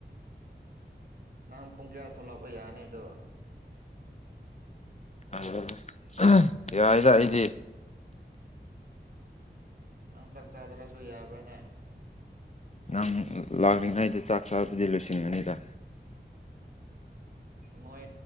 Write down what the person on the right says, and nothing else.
ꯅꯪ ꯄꯨꯡ ꯀꯌꯥ ꯊꯣꯛꯂꯛꯄ ꯌꯥꯅꯤ ꯑꯗꯣ
ꯅꯪ ꯆꯥꯛ ꯆꯥꯗ꯭ꯔꯁꯨ ꯌꯥꯕ꯭ꯔꯅꯦ
ꯃꯣꯏ